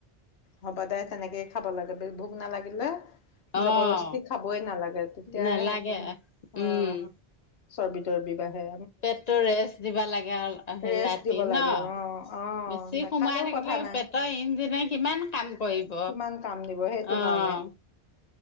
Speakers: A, on the left; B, on the left.
A: হ'ব দে তেনেকেই খাব লাগে ভোক নালাগিলে। জবৰদস্তি
B: অ
A: খাবই নালাগে তেতিয়াই
B: নালাগে উম
A: আহ। চৰ্বি তৰবি বাহে।
B: পেটটো ৰেষ্ট দিবা লাগে অ হেৰি
A: ৰেষ্ট
B: ৰাতি
A: দিব লাগে
B: ন
A: অ অ
B: বেছি
A: নাখালেও
B: সোমাই থাকিলে
A: কথা নাই
B: পেট ত ইঞ্জিনেই কিমান কাম কৰিব।
A: কিমান কাম দিব সেইটো
B: অ',
A: কাৰণে